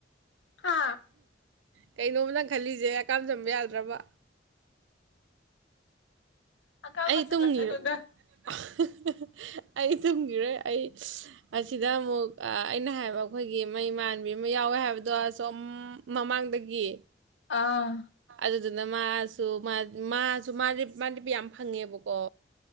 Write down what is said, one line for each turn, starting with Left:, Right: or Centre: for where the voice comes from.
Left: ꯍꯥ
Right: ꯀꯩꯅꯣꯝ ꯅꯪ ꯈꯜꯂꯤꯁꯦ ꯍꯥꯀꯥꯝ ꯆꯟꯕ ꯌꯥꯗ꯭ꯔꯕ?
Left: ꯍꯥꯀꯥꯝꯒ
Right: ꯑꯩ
Left: ꯆꯜ
Right: ꯇꯨꯝꯒꯤꯔꯣ
Left: ꯂꯛꯀꯅꯨꯗ꯫
Right: <unintelligible> ꯑꯩ ꯇꯨꯝꯒꯤꯔꯣꯏ꯫ ꯑꯩ ꯑꯁꯤꯗ ꯑꯃꯨꯛ ꯑꯩꯅ ꯍꯥꯏꯕ ꯑꯩꯈꯣꯏꯒꯤ ꯃꯩꯃꯥꯟꯕꯤ ꯑꯃ ꯌꯥꯎꯋꯦ ꯍꯥꯏꯕꯗꯣ ꯑꯁꯣꯝ ꯃꯃꯥꯡꯗꯒꯤ
Left: ꯑꯥ꯫
Right: ꯑꯗꯨꯗꯨꯅ ꯃꯥꯁꯨ - ꯃꯥꯁꯨ ꯃꯥꯗꯤ ꯃꯥꯗꯤ ꯌꯥꯝ ꯐꯪꯉꯦꯕꯀꯣ꯫